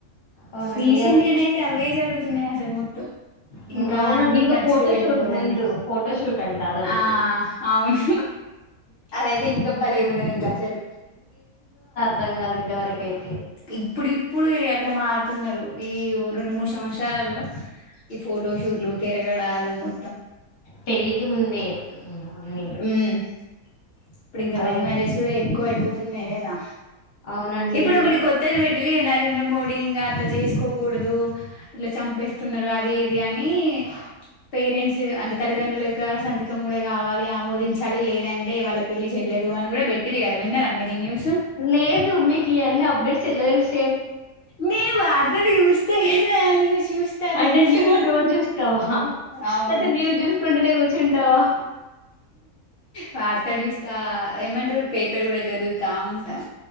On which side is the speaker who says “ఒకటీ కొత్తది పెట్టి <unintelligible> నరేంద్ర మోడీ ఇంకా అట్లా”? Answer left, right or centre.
Left